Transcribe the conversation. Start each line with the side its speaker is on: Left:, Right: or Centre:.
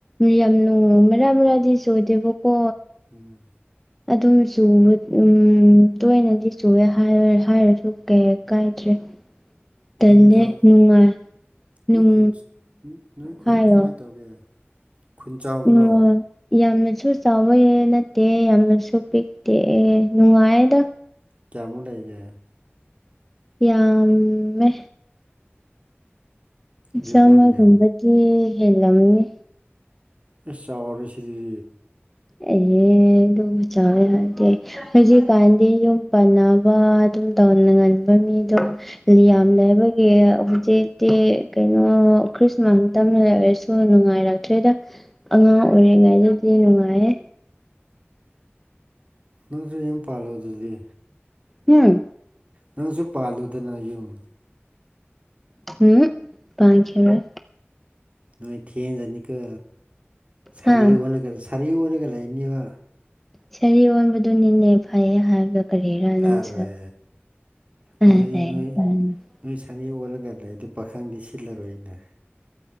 Centre: ꯌꯥꯝꯅ ꯃꯔꯛ ꯃꯔꯛꯗꯤ ꯁꯣꯏꯗꯦꯕꯀꯣ
Right: ꯎꯝ
Centre: ꯑꯗꯨꯝ ꯆꯨꯕ ꯎꯝ ꯇꯣꯏꯅꯗꯤ ꯆꯨꯑꯦ ꯍꯥꯏꯔ ꯍꯥꯏꯔꯁꯨ ꯀꯩ ꯀꯥꯏꯗ꯭ꯔꯦ ꯇꯟꯂꯦ
Right: ꯈꯨꯟ ꯆꯥꯎ
Centre: ꯅꯨꯡꯉꯥꯏ ꯅꯨꯡ
Right: ꯅꯣꯏ ꯈꯨꯟ ꯅꯣꯏ ꯈꯨꯟ
Centre: ꯍꯥꯏꯌꯣ
Right: ꯀꯃꯥꯏꯅ ꯇꯧꯒꯦ ꯈꯨꯟ ꯆꯥꯎꯕ꯭ꯔꯣ
Centre: <unintelligible> ꯌꯥꯝꯅꯁꯨ ꯆꯥꯎꯌ‌ꯦ ꯅꯠꯇꯦ ꯌꯥꯝꯅꯁꯨ ꯄꯤꯛꯇꯦ ꯅꯨꯡꯉꯥꯏꯌꯦꯗ
Right: ꯀꯌꯥꯃꯨꯛ ꯂꯩꯒꯦ
Centre: ꯌꯥꯝꯃꯦ
Right: ꯒꯦꯝꯂꯥꯡꯒ꯭ꯌꯥꯝ
Centre: ꯆꯥꯝꯃꯒꯨꯝꯕꯗꯤ ꯍꯦꯜꯂꯝꯅꯤ
Right: ꯏꯁ ꯆꯥꯎꯔꯦ ꯁꯤꯔꯤ
Centre: ꯑ‌ꯦ ꯍ‌ꯦ ꯑꯗꯨꯕꯨ ꯆꯥꯎꯋ‌ꯦ ꯍꯥꯏꯗ‌ꯦ ꯍꯧꯖꯤꯛꯀꯥꯟꯗꯤ ꯌꯨꯝ ꯄꯥꯟꯅꯕ ꯑꯗꯨꯝ ꯇꯧꯅ ꯉꯟꯕ ꯃꯤꯗꯣ ꯀꯌꯥꯝ
Right: ꯎꯝ
Centre: ꯂꯩꯕ <unintelligible> ꯍꯧꯖꯤꯛꯇꯤ ꯀꯩꯅꯣ ꯈ꯭ꯔꯤꯁꯃꯥꯁ ꯇꯝꯅ ꯂꯩ ꯑꯣꯏꯔꯁꯨ ꯅꯨꯡꯉꯥꯏꯔꯛꯇ꯭ꯔꯦꯗ ꯑꯉꯥꯡ ꯑꯣꯏꯔꯤꯉꯩꯗꯗꯤ ꯅꯨꯡꯉꯥꯏꯌꯦ
Right: ꯅꯪꯖꯨ ꯌꯨꯝ ꯄꯥꯜꯂ ꯗꯨꯗꯤ
Centre: ꯍꯨꯝ
Right: ꯅꯪꯁꯨ ꯄꯥꯜꯂ‌ꯦꯗꯅ ꯌꯨꯝ
Centre: ꯍꯨꯝ ꯄꯥꯟꯈꯤꯔꯣꯏ
Right: ꯅꯣꯏ ꯊꯦꯡꯖꯅꯤꯀꯣ ꯁꯥꯔꯤ
Centre: ꯍꯥ
Right: ꯑꯣꯜꯂꯒ ꯁꯥꯔꯤ ꯑꯣꯜꯂꯒ ꯂꯩꯅꯤꯕ
Centre: ꯁꯔꯤ ꯑꯣꯟꯕꯗꯨꯅꯤꯅꯦ ꯐꯩꯌꯦ ꯍꯥꯏꯕꯗꯣ ꯀꯔꯤꯔ ꯅꯪꯁꯨ
Right: ꯑꯔꯦ
Centre: <unintelligible>
Right: ꯑꯗꯨꯗꯤ ꯅꯣꯏ ꯅꯣꯏ ꯁꯥꯔꯤ ꯑꯣꯜꯂꯒ ꯂꯩꯗꯤ ꯄꯥꯈꯪꯗꯤ ꯁꯤꯠꯂꯔꯣꯏꯅ‌ꯦ